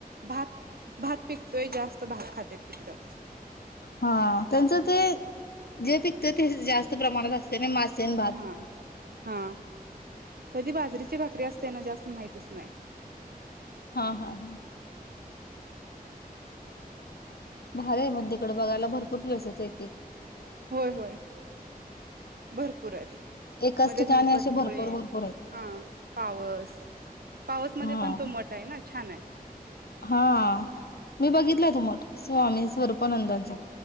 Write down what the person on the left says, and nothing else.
हा त्यांचं ते जे पिकतं ते जास्त प्रमाणात असते नय मासे आणि भात.
हा हा हा. भारी आहे म तिकड बघायला भरपूर प्लेसेस आहेेत की.
एकाच
ठिकाणी
असे भरपूर भरपूर आहेत.
हा
हा, मी बघितलंय तो मठ स्वामी स्वरूपानंदांचा.